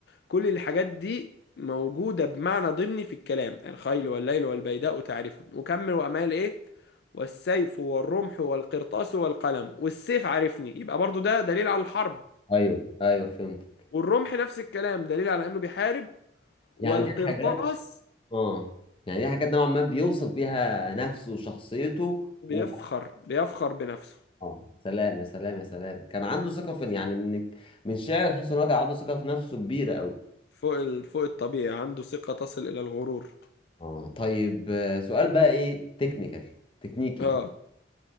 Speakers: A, on the left; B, on the left.
A: كل الحاجات دي موجودة بمعنى ضمني في الكلام الخيل والليل والبيداء تعرفه وكمل وأمال إيه والسيف والرمح والقرطاس والقلم والسيف عارفني يبقى برضو ده دليل على الحرب
B: ايوه ايوه فهمت
A: والرمح نفس الكلام دليل على إنه بيحارب والقرطاس
B: يعني دي الحاجات اه يعني دي حاجات نوعا ما بيوصف بيها نفسه وشخصيته
A: بيفخر
B: و...
A: بيفخر بنفسه
B: اه سلام يا سلام يا سلام كان عنده ثقة في يعني من من شعر تحس ان هو كان عنده ثقة في نفسه كبيرة قوي
A: فوق ال... فوق الطبيعي عنده ثقة تصل إلى الغرور
B: اه طيب آه، سؤال بقى ايه تكنيكال تكنيكي
A: اه
B: في-